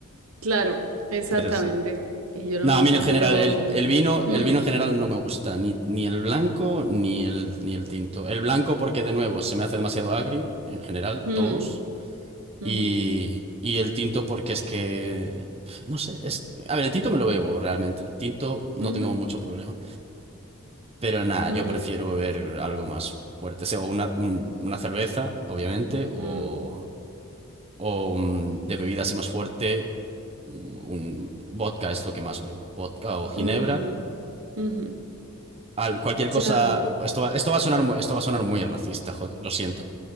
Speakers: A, on the right; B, on the right.
A: Claro, exactamente.
B: Pero sí.
A: Y yo lo
B: No,
A: noto,
B: a mí en general,
A: pero...
B: el, el vino,
A: hmm,
B: el vino en general no me gusta, ni, ni el blanco ni el, ni el tinto. El blanco porque de nuevo se me hace demasiado agrio, en general,
A: hmm,
B: todos.
A: ujú,
B: Y, y el tinto porque es que, no sé, es, a ver, el tinto me lo bebo realmente, el tinto no
A: ujú,
B: tengo mucho problema. Pero nada,
A: hmm,
B: yo prefiero beber algo más fuerte, sea una, un- una cerveza, obviamente, o,
A: hmm,
B: o mm, de bebida así más fuerte, mm, un vodka es lo que más bebo, vodka o ginebra.
A: hmm, ujú.
B: Al, cualquier cosa,
A: Ya.
B: esto va, esto va a sonar muy, esto va a sonar muy racista, jo- lo siento.